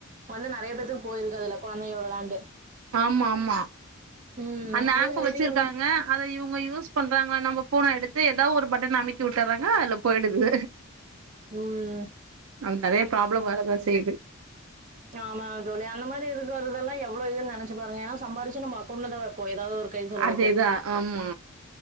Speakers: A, on the right; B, on the right.
A: வந்து நெறைய பேத்துக்கு போயிருக்கு அதுல்ல கொழந்தைக வெளையாண்டு
B: ஆமா ஆமா
A: ம்
B: அந்த ஏப்பு
A: செய்திகளும்
B: வச்சிருக்காங்க அத இவங்க யூஸ் பண்றாங்க நம்ம ஃபோனை எடுத்து ஏதாவது ஒரு பட்டன அமுக்கி வுட்டுர்றாங்க அது போயி்டுது
A: ம்
B: அங்க நெறைய ப்ராப்ளம் வரதா செய்து
A: ஆமாங் தோழி அந்த மாரி இருக்கறதெல்லா எவ்ளோ இது நெனைச்சு பாருங்க ஏன்ன சம்பாரிச்சு நம்ம அக்கவுண்ட்ல தா இப்போ ஏதாவது ஒரு கை செலவுக்கு
B: அதேதா ஆமா